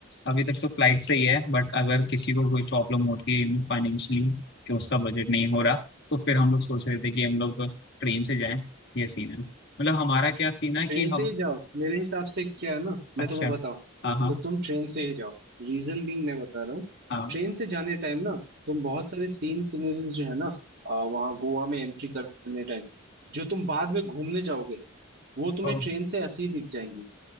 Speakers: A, on the left; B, on the right.
A: अभी तक तो फ्लाइट से ही है बट अगर किसी को कोई प्रॉब्लम होती है फाइनेंशियली कि उसका बजट नहीं हो रहा तो फिर हम लोग सोच रहे थे कि हम लोग ट्रेन से जाएं ये सीन है मतलब हमारा क्या सीन है
B: ट्रेन
A: कि हम
B: से ही जाओ मेरे हिसाब से क्या है ना मैं
A: अच्छा
B: तुम्हें बताऊं
A: हाँ हाँ
B: तो तुम ट्रेन से ही जाओ रीजन बीइंग मैं बता रहा हूँ
A: हाँ
B: ट्रेन से जाने टाइम ना तुम बहुत सारे सीन सीनरीज जो है ना अ, वहाँ गोवा में एंट्री करने टाइम जो तुम बाद में घूमने जाओगे वो तुम्हें
A: ओ,
B: ट्रेन से ऐसे ही दिख जाएंगी